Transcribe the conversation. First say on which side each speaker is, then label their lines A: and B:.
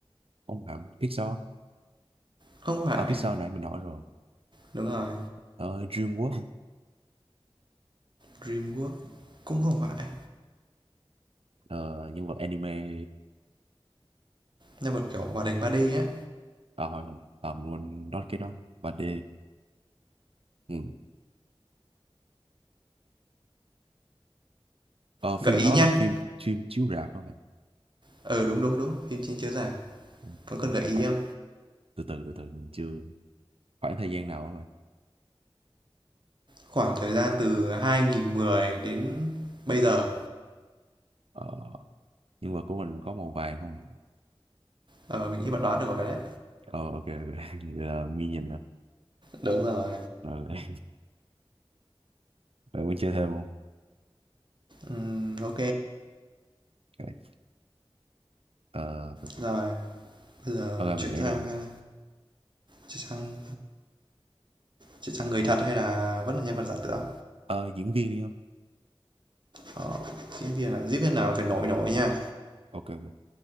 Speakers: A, on the right; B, on the right.
A: không hẳn Pixar
B: không phải.
A: à Pixar nãy mình hỏi rồi
B: Đúng rồi,
A: Ờ, DreamWorks
B: Dreamworks cũng không phải.
A: ờ, nhân vật anime
B: Nhân vật kiểu hoạt hình ba d á.
A: ờ hồi không ờ, mình quên nói cái đó và D ừ. ờ, phim
B: Gợi ý
A: đó
B: nhá.
A: là phim phim chiếu rạp hả bạn
B: Ừ đúng đúng đúng, phim trên chiếu rạp.
A: ok
B: Có cần gợi ý
A: khoảng
B: không?
A: từ từ từ từ mình chưa khoảng thời gian nào hả bạn
B: Khoảng thời gian từ hai nghìn không trăm mười đến bây giờ.
A: Ờ, nhưng mà của mình có màu vàng không
B: Ờ mình nghĩ bạn đoán được rồi đấy.
A: ờ ok ok <laughs> Vậy là nghi nhìn rồi
B: Đúng rồi.
A: rồi <laughs> bạn muốn chơi thêm không
B: Ừm, ô
A: ok Ờ, từ- từ.
B: Rồi, bây giờ
A: ok
B: chuyển
A: mình nghĩ
B: sang,
A: rồi
B: a, chuyển sang chuyển sang người thật hay là vẫn là nhân vật giả tưởng?
A: ờ diễn viên đi không
B: Ờ, diễn viên à? Diễn viên nào phải nổi nổi nha.
A: ok ok